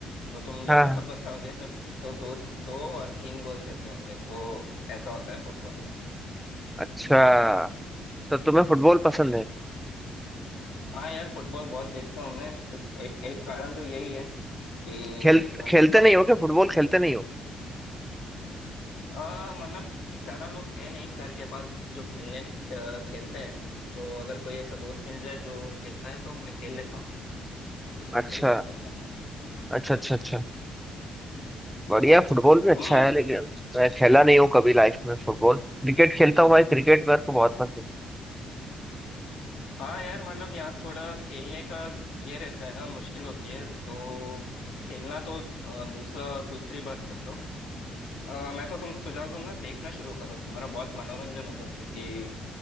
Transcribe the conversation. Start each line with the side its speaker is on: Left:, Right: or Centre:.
Left: तो तुम जब
Centre: हाँ
Left: वापस
Centre: हाँ
Left: आओगे तो तो दो दो और तीन गोल्स ऐसे होंगे तो ऐसा होता है फुटबॉल में
Centre: अच्छा तो तुम्हें फुटबॉल पसंद है
Left: हाँ यार फुटबॉल बहुत देखता हूँ मैं इस एक एक कारण तो यही है कि
Centre: खेल
Left: मतलब
Centre: खेलते
Left: कब
Centre: नहीं हो क्या फुटबॉल खेलते नहीं हो
Left: आ, मतलब ज्यादा लोग है नहीं घर के पास जो खेलने ख- खेलते हैं तो अगर कोई ऐसा दोस्त मिल जाए जो खेलता है तो मैं खेल लेता हूँ उसमें
Centre: अच्छा
Left: बड़ी बात नहीं है
Centre: अच्छा अच्छा अच्छा बढ़िया फुटबॉल भी अच्छा
Left: तुम
Centre: है लेकिन मैं खेला नहीं हूँ कभी लाइफ में फुटबॉल क्रिकेट खेलता हूँ भाई क्रिकेट मेरे को बहुत पसंद
Left: हाँ यार मतलब यहाँ थोड़ा खेलने का ये रहता है ना मुश्किल होती है तो खेलना तो अ, दूसरा दूसरी बात कर लो अ, मैं तो तुमको सुझाव दूंगा देखना शुरू करो तुम्हारा बहुत मनोरंजन होगा क्योंकि